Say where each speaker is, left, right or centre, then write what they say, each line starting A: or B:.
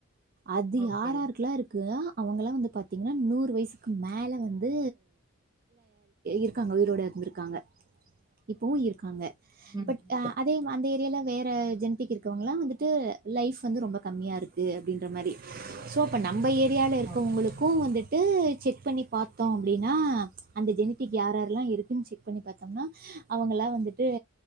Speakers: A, on the right (about 45°); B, on the right (about 20°).
A: அது
B: ஓகே
A: யாராருக்கெல்லாம் இருக்கு அவங்கல்லாம் வந்து பாத்த பார்த்தீங்கன்னா நூறு வயசுக்கு மேல வந்து இருக்காங்க உயிரோட இருந்து இருக்காங்க இப்பவும் இருக்காங்க
B: ம்
A: பட்
B: ம்
A: அதே அந்த இந்தல்ல வேற ஜனிடிக்கு இருக்கவங்களாம் வந்துட்டு லைஃப் வந்து ரொம்ப கம்மியாக இருக்குது அப்படின்ற மாதிரி சோ அப்போ நம்ம ஏரியாவில் இருக்கிறவங்களுக்கும்
B: ஓகே ஓகே
A: வந்துட்டு செக் பண்ணி பார்த்தோம் அப்படின்னா அந்த ஜெனத்திக் யார் யார் இருக்கு செக் பண்ணி பாத்தோம்னா அவங்களா வந்துட்டு